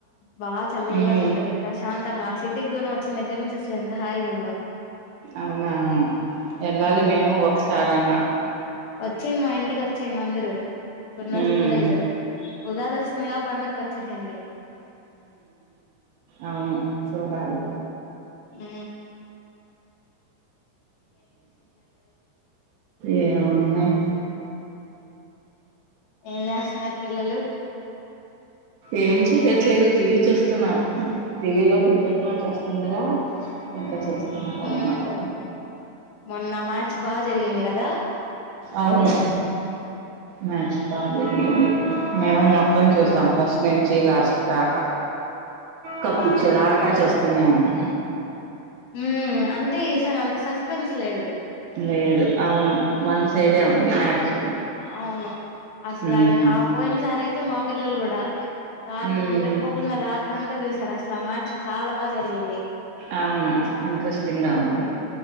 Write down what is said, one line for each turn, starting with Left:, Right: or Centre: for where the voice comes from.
Left: బాగా చల్లగా
Right: ఉమ్
Left: ఉంటది ప్రశాంత మొత్తంగా ఆ సిటీకి దూరం వచ్చిన దగ్గర నుంచి అసల ఎంత హాయిగా ఉందో
Right: అవునా వెళ్ళాలి
Left: ఆ
Right: మేము ఒకసారి అన్నా
Left: వచ్చేయండి మా ఇంటికి వచ్చేయండి అందరూ కొన్ని
Right: హ
Left: రోజులు ఉండెల్దురు ఉగాది వస్తుందిగా పండక్కి వచ్చేసేయండి
Right: అవును చూడదు
Left: ఆ
Right: ఏమున్నాయ్
Left: ఏం చేస్తున్నారు పిల్లలు
Right: ఏం చేయట్లేదు టీవీ చూస్తున్నారు టీవీలో క్రికెట్ సినిమా వస్తుందిగా ఇంకా చేస్తున్నారు అన్నమాట
Left: ఉమ్ మొన్న మ్యాచ్ బాగా జరిగింది కదా
Right: అవును మ్యాచ్ బాగా జరిగింది మేము మొత్తం చూస్తాం
Left: ఆ
Right: ఫస్ట్ నుంచి లాస్ట్ రాకా కప్పిచ్చేదాకా
Left: ఆ
Right: చేస్తానే ఉన్నా
Left: హ్మ్ అంటే ఈసారి అంత సస్పెన్స్ లేదు
Right: లేదు అవును వన్ సైడే
Left: ఆ
Right: ఉంది మ్యాచ్
Left: అవును అసలు
Right: ఉమ్,
Left: ఆ పోయిన్ సారయితే తే మా పిల్లలు గూడా రాత్రికి
Right: ఉమ్,
Left: నిదర్పోకుండా రాత్రి అంత క్క చూసారు అసలు ఆ మ్యాచ్ చాలా బాగా జరిగింది
Right: అవును ఇంట్రెస్టింగా ఉంది.